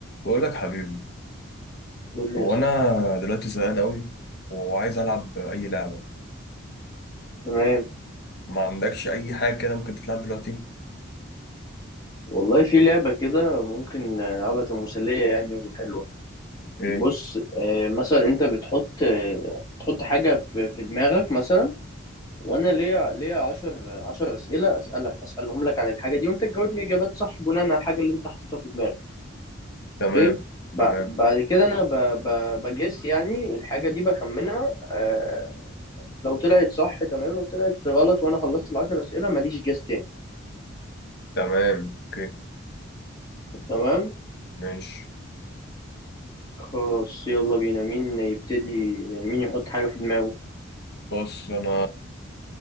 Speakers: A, on the left (about 50°); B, on the left (about 20°).
A: بقول لك حبيبي
B: قول لي
A: هو
B: يا صاحبي
A: انا دلوقتي زهقان قوي وعايز العب اي لعبه
B: تمام
A: ما عندكش اي حاجه كده ممكن تتلعب دلوقتي
B: والله في لعبة كده ممكن نلعبها تبقى مسلية يعني وحلوة
A: ايه
B: بص آه، مثلا انت بتحط آه، تحط حاجة في في دماغك مثلا وانا ليا ليا 10 10 أسئلة أسألك أسألهم لك عن الحاجة دي وانت تجاوبني إجابات صح بناء على الحاجة اللي انت حاططها في دماغك
A: تمام
B: اوكي ب-
A: تمام
B: بعد كده انا ب- ب- بجس يعني الحاجة دي بخمنها آه، لو طلعت صح تمام لو طلعت غلط وانا خلصت العشر أسئلة ماليش جس تاني
A: تمام اوكي
B: تمام
A: ماشي
B: خلاص يلا بينا مين يبتدي يعني مين يحط حاجة في دماغه
A: بص انا